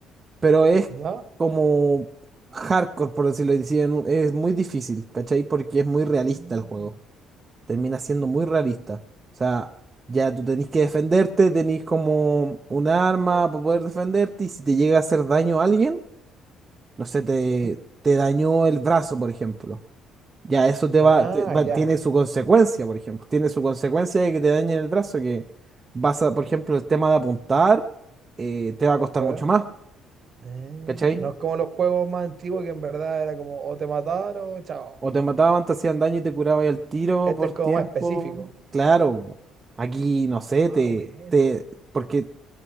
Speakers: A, on the right (about 20°); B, on the right (about 35°).
A: pero es
B: ¿Ya?
A: como hardcore, por decirlo así, en un- es muy difícil, ¿cachai? Porque es muy realista
B: Mm,
A: el juego, termina siendo muy realista. O sea, ya tú tenés que defenderte, tenés como un arma para poder defenderte y si te llega a hacer daño a alguien, no sé, te,
B: mm.
A: te dañó el brazo, por ejemplo. Ya eso te
B: Ah,
A: va, te va-
B: ya,
A: tiene su consecuencia, por ejemplo. Tiene su consecuencia de que te dañen el brazo, que vas a, por ejemplo, el tema de apuntar, eh, te va a costar
B: claro.
A: mucho más,
B: Ah,
A: ¿cachai?
B: no es como los juegos más antiguos que en verdad era como o te mataron o chao.
A: O te mataban, te hacían daño y te curabas el tiro
B: Este
A: por
B: es
A: tiempo.
B: como más específico.
A: Claro, aquí, no sé,
B: Ah,
A: te,
B: bueno.
A: te, porque